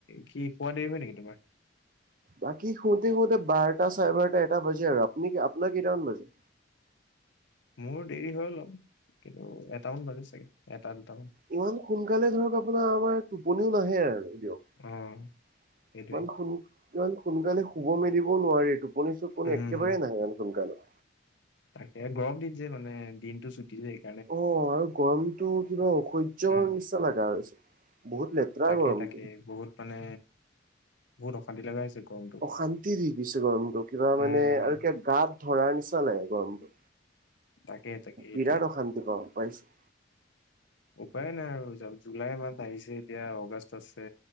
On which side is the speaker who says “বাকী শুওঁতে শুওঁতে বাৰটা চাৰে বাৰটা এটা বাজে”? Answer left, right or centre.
Right